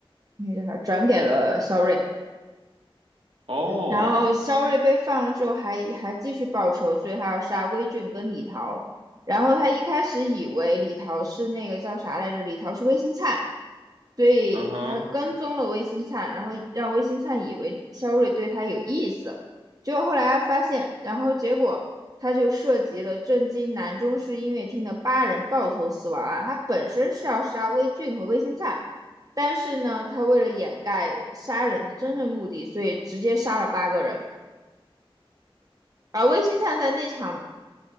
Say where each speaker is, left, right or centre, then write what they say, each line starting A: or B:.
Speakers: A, on the right (about 40°); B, on the right (about 70°).
A: 那个叫啥？转给了肖瑞。
B: 哦，
A: 然后肖瑞被放了之后还还继续报仇，所以他要杀魏俊跟李桃。然后他一开始以为李桃是那个叫啥来着，李桃是魏新灿，所以他跟踪了魏新灿，
B: 嗯哼，
A: 然后让魏新灿以为李肖瑞对他有意思。结果后来发现，然后结果他就涉及了震惊南中市音乐厅的八人爆头死亡案，他本身是要杀魏俊和魏新灿。但是呢，他为了掩盖杀人的真正目的，所以直接杀了八个人。而魏新灿在那场